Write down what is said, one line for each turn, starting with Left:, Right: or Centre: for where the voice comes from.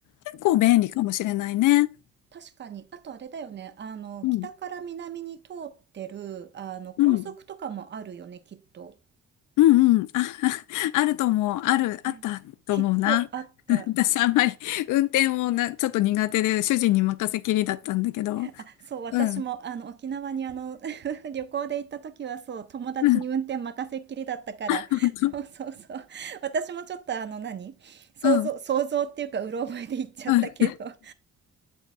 Left: 結構便利かもしれないね。
Right: た確かに。あとあれだよね。あの、
Left: うん、
Right: 北から南に通ってる、あの、高速とかもあるよね、
Left: うん、
Right: きっと。
Left: うん、うん。あ、<laughs> あると思う。ある、
Right: ね。
Left: あったと思うな。
Right: きっとあった。
Left: <laughs> 私あんまり運転をな、ちょっと苦手で主人に任せきりだったんだけど。
Right: あ、そう、私も、
Left: うん、
Right: あの、沖縄に、あの、<laughs> 旅行で行った時は、そう、友達に運転任せっきりだったから、
Left: うん、<laughs> 本当、
Right: そうそうそう。私もちょっと、あの、何想像、
Left: うん、
Right: 想像っていうか、うろ覚えで行っちゃったけど。
Left: うん。
Right: <laughs>